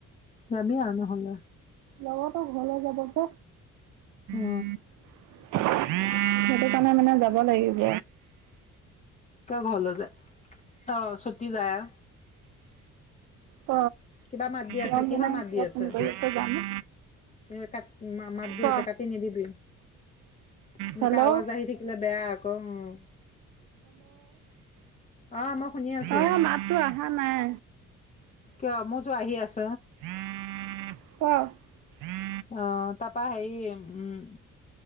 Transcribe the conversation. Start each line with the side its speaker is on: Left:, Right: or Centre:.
Left: যাবি আ নহ'লে।
Right: লগতো ঘলে যাব গে।
Left: অ
Right: <inaudible> সেইটো কাৰণে মানে যাব লাগিব।
Left: কিয় ঘৰলৈ যায়? অহ ছুটি যায় আ <inaudible>
Right: ক
Left: কিবা মাত দি আছে,
Right: ৰঞ্জনাই
Left: কিহৰ মাত
Right: কিয়
Left: দি আছে
Right: ফোন
Left: সেইটো?
Right: কৰি আছে জানো
Left: এ কাত, মা মাত দি
Right: ক
Left: আছে, কাটি নিদিবি। এনেকা
Right: হেল্ল'
Left: আৱাজ আহি থাকিলে বেয়া আকৌ, উম। অ মই শুনি আছো
Right: অহ, মাতটো অহা নাই।
Left: কিয় মোৰতো আহি আছ
Right: <unintelligible> কহ। <unintelligible>
Left: অহ তাৰপৰা হেৰি, উম